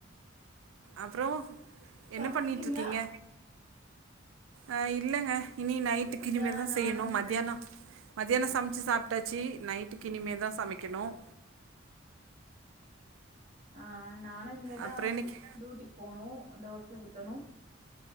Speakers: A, on the right; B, on the right.
A: அப்புறம்
B: சமச்சிட்டீங்களா
A: என்ன பண்ணிட்டு இருக்கீங்க அஹ் இல்லைங்க இனி நைட்டுக்கு
B: இந்தா
A: இனிமே தான்
B: நானும்
A: செய்யணும் மத்தியானம் மதியானம் சமச்சு சாப் முடிஞ்ச்சி நைட்டுக்கினிமே தான் சமைக்கணும்
B: ஆஹ் நானும் இனிமேதான்
A: அப்றோ இன்னைக்கு
B: டூட்டிக்கு போனும் தோச ஊத்தணும்